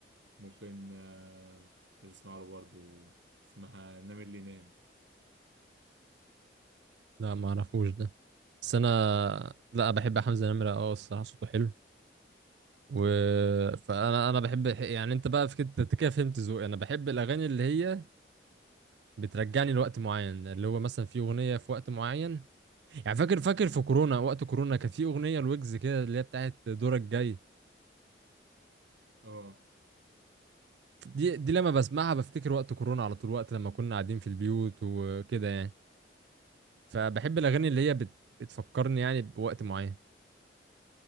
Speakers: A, on the right; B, on the right.
A: ممكن آه، تسمع له برضه اسمها نام اللي نام
B: لا ما اعرفوش ده بس انا لا بحب حمزة نمرة اه الصراحة صوته حلو و فانا انا بحب يعني انت بقى في كده أنت كده فهمت ذوقي انا بحب الاغاني اللي هي بترجعني لوقت معين اللي هو مثلا في اغنية في وقت معين يعني فاكر فاكر في كورونا وقت كورونا كانت في اغنية الويجز كده اللي هي بتاعت دورك جاي
A: اه
B: دي دي لما بسمعها بفتكر وقت كورونا على طول وقت لما كنا قاعدين في البيوت وكده يعني فبحب الاغاني اللي هي بت... بتفكرني يعني بوقت معين